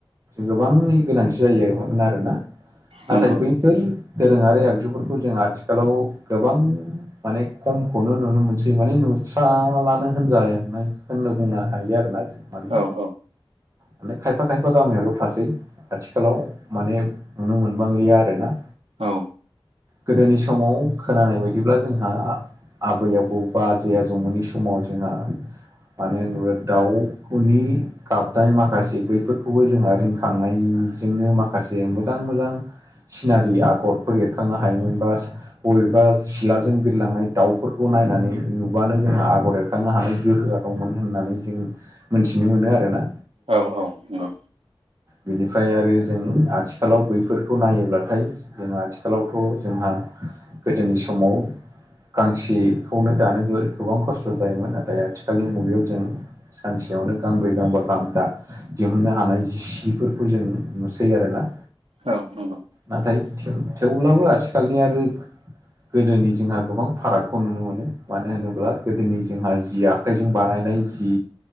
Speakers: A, on the right; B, on the right.
A: गोबांनि गोनांथि जायो मोन आरोना नाथाय
B: नंगौ
A: बैफोर दोरोङारि आगजुफोरखौ जों आथिखालाव गोबां माने खमखौनो नुनो मोनसै माने नुस्राला नो होनजानाय होननो बुंनो हायो आरोना जों माने
B: औ औ
A: माने खायफा-खायफा गामियावल' थासै आथिखालाव माने नुनो मोनबांलिया आरोना।
B: औ
A: गोदोनि समाव खोनानाय बायदिब्ला जोंहा आबै आबौ बा आजै आजौमोननि समाव जोंहा मानो होनोब्ला दाउखौनि गाबनाय माखासे बैफोरखौबो जोंहा रिंखांनायजोंनो माखासे मोजां मोजां सिनारि आगरफोर एरखांनो हायोमोन बा बबेबा सिलाजों बिरलांनाय दाउफोरखौ नायनानै नुबानो जोंहा आ आगर एरखांनो हानाय गोहोआ दंमोन होननानै जों मोनथिनो मोनो आरोना।
B: औ औ नंगौ
A: बिनिफ्राय आरो जों आथिखालाव बैफोरखौ नायोब्लाथाय जों आथिखालावथ' जोंहा गोदोनि समाव गांसेखौनो दानो गोबां खस्थ' खस्थ' जायोमोन नाथाय आथिखालनि मुगायाव जों सानसेयावनो गांब्रै गांबा गाहाम दा दिहुननो हानाय जि सिफोरखौ जों नुसै आरो ना
B: औ नंगौ
A: नाथाय थेवब्लाबो आथिखालनिया आरो गोदोनि जोंहा गोबां फारागखौ नुनो मोनो मानो होनोब्ला गोदोनि जोंहा जि आखाइजों बानायनाय जि